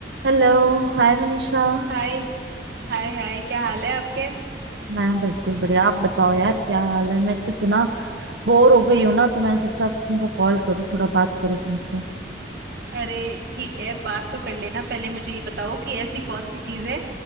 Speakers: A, on the right (about 75°); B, on the right (about 55°).
A: Hello Hi Manisha
B: हाय hi hi क्या हाल है आपके
A: मैं बिल्कुल बढ़िया आप बताओ यार क्या हाल है मैं तो इतना बोर हो गई हूँ ना तो मैंने सोचा तुमको कॉल करूँ थोड़ा बात करूँ तुमसे
B: अरे ठीक है बात तो कर लेना पहले मुझे ये बताओ कि ऐसी कौन सी चीज है